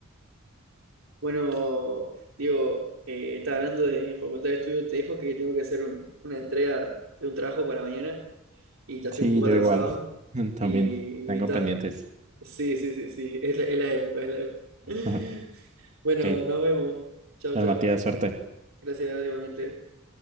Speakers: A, on the right (about 75°); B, on the right (about 35°).
A: Bueno, Diego, eh, está hablando de facultad de estudio, te dejo que tengo que hacer un- una entrega de un trabajo para mañana. y ya estoy
B: Sí,
A: un poco
B: yo
A: atrasado.
B: igual. <laughs> También
A: Y,
B: tengo
A: y ta.
B: pendientes.
A: Sí, sí, sí, sí. Es la, es la época, es la época. <laughs>
B: <laughs>
A: Bueno,
B: Ok,
A: nos vemos. Chao,
B: pues,
A: chao.
B: Matías, suerte.
A: Gracias, igualmente.